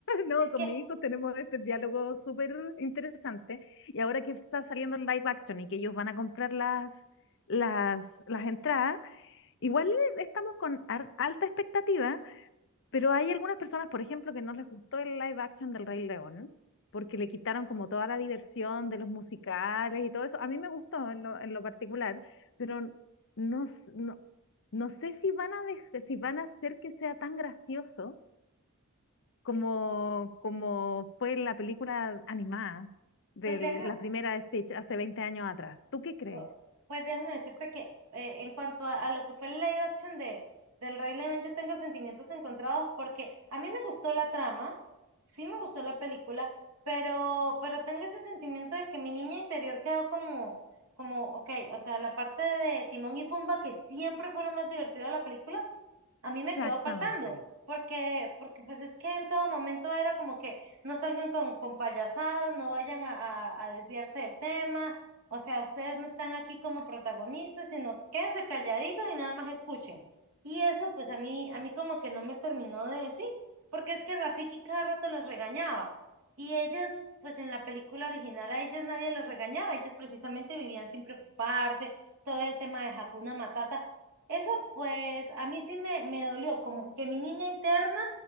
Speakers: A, on the left; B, on the right.
A: No,
B: es
A: con
B: que,
A: mis hijos tenemos este diálogo súper interesante. Y ahora que está saliendo el live action y que ellos van a comprar las, las, las entradas, igual estamos con ar- alta expectativa Pero hay algunas personas, por ejemplo, que no les gustó el live action del Rey León, porque le quitaron como toda la diversión de los musicales y todo eso. A mí me gustó en lo, en lo particular, pero no, s- no, no sé si van a dej- si van a hacer que sea tan gracioso como, como fue en la película animada de
B: pues deja.
A: la primera de Stitch hace 20 años atrás. ¿Tú qué crees?
B: Pu- Pues déjame decirte que eh, en cuanto a, a lo que fue el live action de, del Rey León, yo tengo sentimientos encontrados porque a mí me gustó la trama, sí me gustó la película, pero, pero tengo ese sentimiento de que mi niña interior quedó como, como, ok, o sea, la parte de Timón y Pumba que siempre fue lo más divertido de la película a mí me
A: Exactamente.
B: quedó faltando, porque, porque pues es que en todo momento era como que no salgan con, con payasadas, no vayan a, a- a desviarse del tema, o sea, ustedes no están aquí como protagonistas, sino quédense calladitos y nada más escuchen. Y eso pues a mí, a mí como que no me terminó de decir, porque es que Rafiki cada rato los regañaba. Y ellos, pues en la película original a ellos nadie los regañaba, ellos precisamente vivían sin preocuparse, todo el tema de Hakuna Matata. Eso pues a mí sí me, me dolió, como que mi niña interna